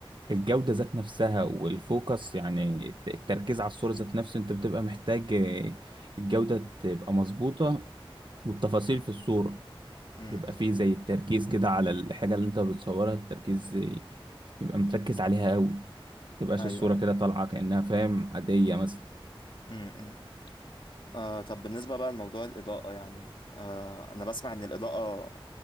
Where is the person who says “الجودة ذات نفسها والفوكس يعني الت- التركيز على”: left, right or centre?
Right